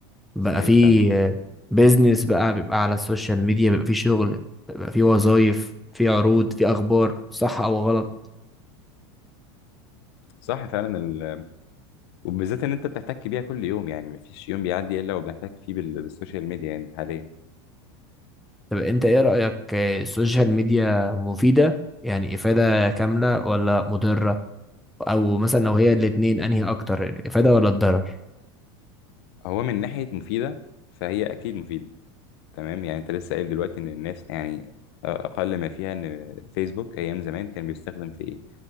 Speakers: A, in the centre; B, on the left.
A: بقى
B: صحيح
A: في
B: فعلا
A: بيزنس بقى بيبقى على السوشيال ميديا بيبقى في شغل بيبقى في وظايف في عروض في أخبار صح أو غلط
B: صح فعلا ال... وبالذات ان انت بتحتك بيها كل يوم يعني مفيش يوم بيعدي الا وبنحتك فيه بال- بالسوشيال ميديا يعني حاليا
A: طب أنت إيه رأيك آه، السوشيال ميديا مفيدة يعني إفادة كاملة ولا مضرة أو مثلا لو هي الاتنين أنهي أكتر الإفادة ولا الضرر
B: هو من ناحية مفيدة فهي أكيد مفيدة تمام يعني أنت لسه قايل دلوقتي إن الناس يعني أقل ما فيها إن فيسبوك أيام زمان كان بيستخدم في إيه؟